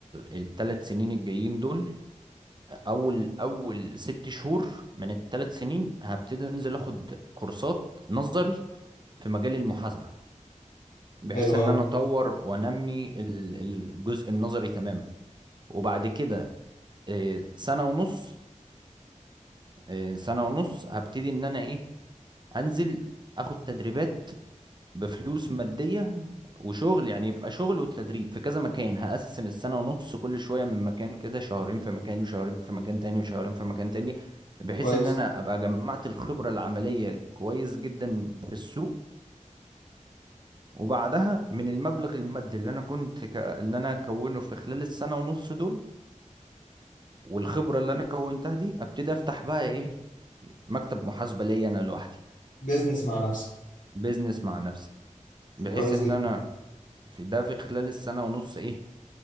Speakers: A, on the right; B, on the left.
A: الثلاث سنين الجايين دول اول اول ست شهور من الثلاث سنين هبتدي انزل اخد كورسات نظري في مجال المحاسبه بحيث
B: حلو
A: ان
B: أوي
A: انا اطور وانمي ال- الجزء النظري تماما وبعد كده آه، سنه ونص آه، سنه ونص هبتدي ان انا ايه انزل اخد تدريبات بفلوس مادية وشغل يعني يبقى شغل وتدريب في كذا مكان هقسم السنة ونص كل شوية من مكان كده شهرين في مكان وشهرين في مكان تاني وشهرين في مكان تاني بحيث
B: كويس
A: ان انا ابقى جمعت الخبرة العملية كويس جدا في السوق وبعدها من المبلغ المادي اللي انا كنت ك... اللي انا كونه في خلال السنة ونص دول والخبرة اللي انا كونتها دي ابتدي افتح بقى ايه مكتب محاسبة ليا انا لوحدي
B: بيزنس مع نفسك
A: بيزنس مع نفسي بحيث
B: كويس
A: ان
B: جدا
A: انا في ده في خلال السنة ونص ايه